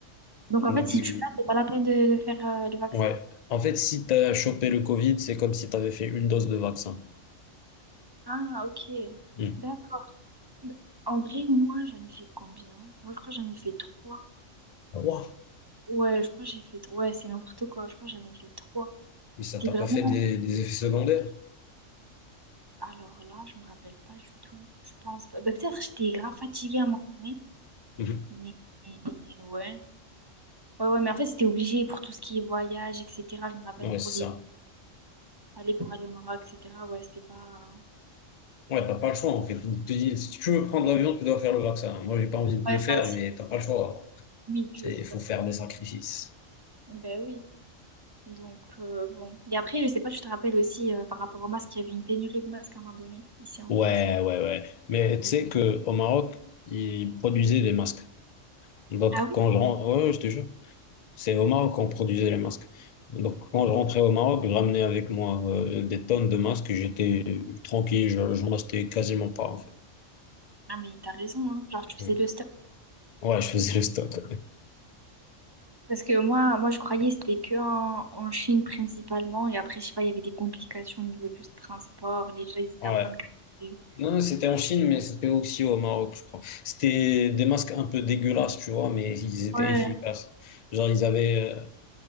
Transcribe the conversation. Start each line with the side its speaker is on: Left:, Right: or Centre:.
Right: Donc,
Left: Donc
Right: en fait, si
Left: je...
Right: tu l'as, c'est pas la peine de, de faire euh, le vaccin.
Left: ouais. En fait, si t'as chopé le Covid, c'est comme si t'avais fait une dose de vaccin.
Right: Ah, ok.
Left: Hmm.
Right: D'accord. Bah, En vrai, moi, j'en ai fait combien? Moi, je crois que j'en ai fait trois.
Left: Ouah.
Right: Ouais, je crois que j'ai fait... Ouais, c'est n'importe quoi. Je crois que j'en ai fait trois.
Left: Mais
Right: C'était
Left: ça t'a
Right: vraiment...
Left: pas fait des, des effets secondaires?
Right: Alors là, je me rappelle pas du tout. Je pense pas. Bah, peut-être j'étais grave fatiguée à un moment donné.
Left: Mhm.
Right: Mais mais ouais. Ouais, ouais, mais en fait, c'était obligé pour tout ce qui est voyage, etc. Je me rappelle
Left: Ouais,
Right: pour
Left: c'est
Right: les
Left: ça.
Right: aller pour aller au Maroc, etc. Ouais, c'était pas.
Left: Ouais, t'as pas le choix en fait. Tu te dis, si tu veux prendre l'avion, tu dois faire le vaccin. Moi, j'ai pas envie de
Right: Ouais,
Left: le faire,
Right: ça aussi.
Left: mais t'as pas le choix. quoi.
Right: Oui, tu...
Left: C'est, il faut faire des sacrifices.
Right: Ben oui. Donc euh, bon. Et après, je sais pas, je te rappelle aussi euh, par rapport aux masques, il y avait une pénurie de masques à un moment donné, ici en
Left: Ouais,
Right: France.
Left: ouais, ouais. Mais tu
Right: ouais.
Left: sais que au Maroc, ils produisaient des masques. Donc,
Right: Ah oui?
Left: quand je rentre, ouais, ouais, je te jure, c'est au Maroc qu'on produisait les masques. Donc, quand je rentrais au Maroc, je ramenais avec moi euh, des tonnes de masques. J'étais tranquille, je- j'en achetais quasiment pas, en fait.
Right: Ah mais t'as raison, hein. Genre tu faisais
Left: Mm.
Right: le stock.
Left: Ouais, je faisais le stock.
Right: Parce que moi, moi je croyais que c'était que en, en Chine principalement. Et après, je sais pas, il y avait des complications au niveau du transport. Les gens, ils étaient
Left: Ouais.
Right: en train de galérer.
Left: Non, c'était en Chine, mais c'était aussi au Maroc, je crois. C'était des masques un peu dégueulasses, tu vois, mais ils étaient
Right: Ouais.
Left: efficaces. Genre, ils avaient.